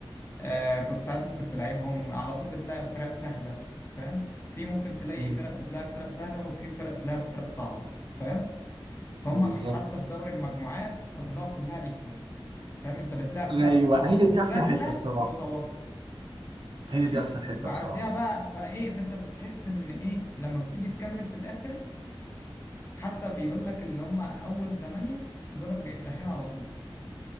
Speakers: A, on the left; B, on the right.
A: آه كنت ساعات ممكن تلعبهم على طول بتلعب فرق سهلة فاهم في ممكن تلاقي
B: امم
A: فرق بتلعب فرق سهلة وفي فرق تلعب فرق صعبة فاهم فهم
B: بالظبط
A: حتى في دوري المجموعات خلاها كلها ايكوال فاهم أنت بتلعب فرق
B: ايوه
A: صعبة
B: هي دي
A: وسهلة
B: احسن حته الصراحه
A: ومتوسط
B: هي
A: ماشي
B: دي احسن حته
A: وبعديها
B: بصراحه
A: بقى فايه فانت بتحس ان ايه لما بتيجي تكمل في الاخر حتى بيقول لك اللي هم اول 8 دولت بيتأهلوا على طول